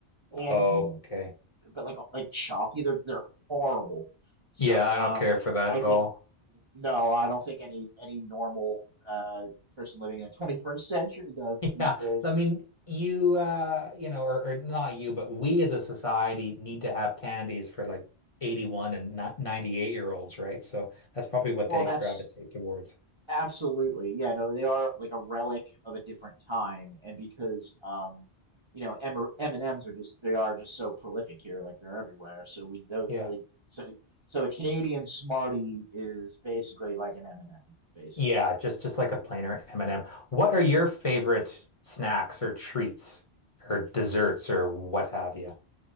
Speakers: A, on the right (about 35°); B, on the left (about 35°).
A: candy,
B: Oh, okay.
A: but like like chalky. They're they're horrible. So
B: Yeah, I
A: um,
B: don't care
A: I
B: for
A: th
B: that
A: I
B: at
A: think
B: all. <laughs>
A: No, I don't think any any normal uh, person living in the 21st century does
B: Yeah,
A: these days.
B: I mean, you uh, you know, or, or not you, but we as a society need to have candies for like 81 and not 98 year olds, right? So that's probably what
A: Well,
B: they
A: that's
B: gravitate towards.
A: absolutely, yeah, no, they are like a relic of a different time, and because um, you know, M and ms are just they are just so prolific here, like they're everywhere. So we don't,
B: Yeah.
A: I think so so a Canadian Smartie is basically like an M&M, basically.
B: Yeah, just just like a plainer M&M. What are your favorite snacks or treats or desserts or what have you?